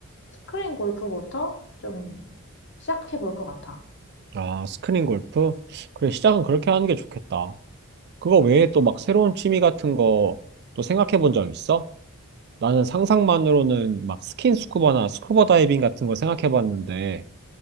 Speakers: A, on the left (about 55°); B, on the right (about 45°).
A: 스크린 골프부터 좀 시작해 볼 것 같아.
B: 아, 스크린 골프? 그래, 시작은 그렇게 하는 게 좋겠다. 그거 외에 또 막 새로운 취미 같은 거 또 생각해 본 적 있어? 나는 상상만으로는 막 스킨 스쿠버나 스쿠버 다이빙 같은 거 생각해 봤는데